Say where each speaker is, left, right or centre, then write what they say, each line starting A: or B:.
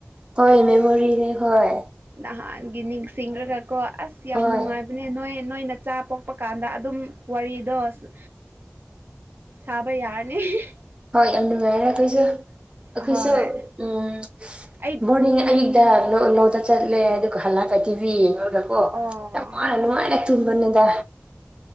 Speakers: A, on the right; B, on the right.
A: ꯍꯣꯏ ꯃꯦꯃꫭꯔꯤꯅꯦ ꯍꯣꯏ
B: ꯑꯍꯥꯟꯒꯤ ꯅꯤꯡꯁꯤꯡꯒ꯭ꯔꯒꯀꯣ ꯑꯁ ꯌꯥꯝ
A: ꯍꯣꯏ
B: ꯅꯨꯡꯉꯥꯏꯕꯅꯦ ꯅꯣꯏ ꯅꯣꯏꯅ ꯆꯥ ꯄꯣꯛꯄ ꯀꯥꯟꯗ ꯑꯗꯨꯝ ꯋꯥꯔꯤꯗꯣꯁ ꯁꯥꯕ ꯌꯥꯔꯅꯤ <unintelligible>
A: ꯍꯣꯏ ꯌꯥꯝ ꯅꯨꯡꯉꯥꯏꯔꯦ ꯑꯩꯈꯣꯏꯁꯨ ꯑꯩꯈꯣꯏꯁꯨ
B: ꯑꯍꯣꯏ
A: ꯎꯝ
B: ꯑꯩ
A: ꯕꯣꯔꯅꯤꯡ ꯑꯩ ꯂꯧ-ꯂꯧꯗ ꯆꯠꯂꯦ ꯑꯗꯨꯒ ꯍꯜꯂꯛꯑꯒ ꯀꯤꯕꯤ ꯌꯦꯡꯉ꯭ꯔꯒꯀꯣ
B: ꯑꯣ
A: ꯌꯥꯝ ꯋꯥꯅ ꯅꯨꯡꯉꯥꯏꯔꯦ ꯇꯨꯝꯕꯅꯤꯗ